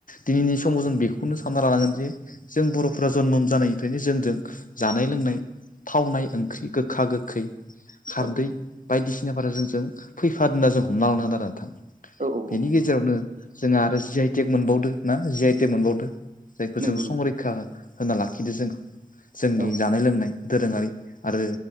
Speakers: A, on the left (about 60°); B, on the right (about 55°).
A: दिनैनि समाव जों बेखौनो सानना लानांगोन जे जों बर'फोरा जन्म जानायनिफ्रायनो जोंजों जानाय लोंनाय थावनाय ओंख्रि गोखा गोखै खारदै
B: औ
A: बायदिसिनाफोर जों जों फैफादो <unintelligible> ना जों हमना लानो <unintelligible> आरो नोंथां
B: औ
A: बेनि
B: औ थारैनो औ
A: गेजेरावनो जोंहा आरो जि आइ टेक मोनबावदो ना जि आइ टेक मोनबावदो जायखौ
B: नंगौ
A: जों
B: नंगौ
A: संरिखा होना लाखिदो जोंखौ जोंनि
B: औ
A: जानाय लोंनाय दोरोङारि आरो